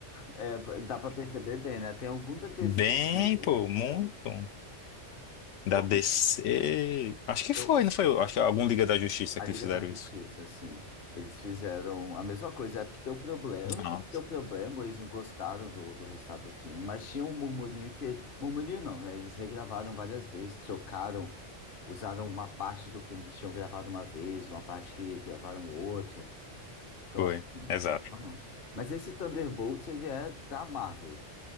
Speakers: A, on the left (about 50°); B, on the left (about 80°).
A: é, dá pra perceber bem, né? Tem algum da DC
B: Bem,
A: também que eles
B: pô,
A: fizeram.
B: muito. Da
A: Pô,
B: DC.
A: mas
B: Acho que foi,
A: eu,
B: não foi? Acho que algum Liga da Justiça
A: A
B: que
A: Liga
B: eles fizeram
A: da Justiça,
B: isso.
A: sim. Eles fizeram a mesma coisa, é porque deu problema. Eu
B: Não,
A: não sei se deu problema, eles não gostaram do, do resultado do filme, mas tinha um murmurinho que. Murmurinho não, né? Eles regravaram várias vezes, trocaram, usaram uma parte do filme que tinham gravado uma vez, uma parte que gravaram outra. Então,
B: foi.
A: assim,
B: Exato.
A: não. não. Mas esse Thunderbolts, ele é da Marvel.